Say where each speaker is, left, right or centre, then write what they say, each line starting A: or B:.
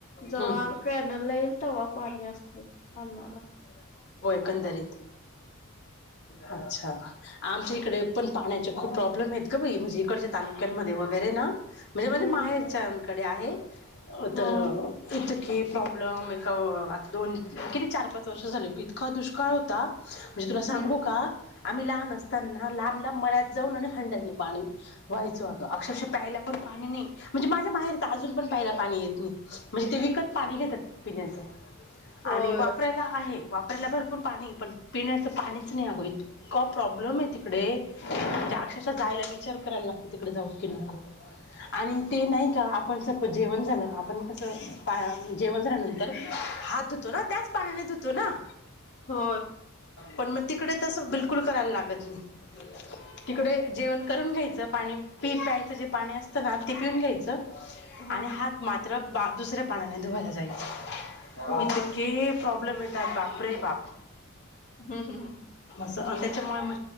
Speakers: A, on the left (about 35°); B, on the left (about 55°).
A: जेव्हा
B: हम्म
A: कॅनल ला येईल तव्हा पाणी असत अन्नाला.
B: दरीत अच्छा आमच्या इकडे पण पाण्याच्या खूप प्रॉब्लेम हैत ग बाई म्हणजे इकडच्या तालुक्यांमध्ये वगैरे ना म्हणजे माझ्या
A: हम्म
B: माहेरच्यानकडे आहे. अ
A: हा
B: तर <unintelligible> हे प्रॉब्लेम एक आता दोन किती चार पाच वर्ष झाली इतका दुष्काळ होता. म्हणजे तुला
A: हम्म
B: सांगू का आम्ही लहान असताना लांब लांब मळ त हंड्यातल पाणी व्हायच होत अक्षरश प्यायला पण पाणी नाही म्हणजे माझ्या माहेर अजून पण प्यायला पाणी येत नई म्हणजे ते विकत पाणी घेत्यात पिण्याच. आणि
A: होय
B: वापरायला आहे वाप आपल्याला भरपूर पाणी पण पिण्याचं पाणीच नाही अगं इतकां प्रॉब्लेम आहे तिकडे म्हणजे अक्षरशः जायला विचार करायला लागतो तिकडे जाऊ की नको आणि ते नाही का आपणच जेवण झालं आपण कस पा जेवण झाल्यानंतर हात धुतो ना त्याच पाण्याने धुतो ना
A: हो
B: पण मग तिकडे तसं बिलकुल करायला लागत नाही तिकडे जेवण करून घ्यायचं पाणी प प्यायचं जे पाणी असतं ना ते पिऊन घ्यायचं
A: हा
B: आणि हात मात्र बा दुसऱ्या पानाने धुवायला जाय इथं
A: होय
B: के प्रॉब्लेम येतात बापरे बाप
A: हम् हम् ह
B: आणि त्याच्यामुळे म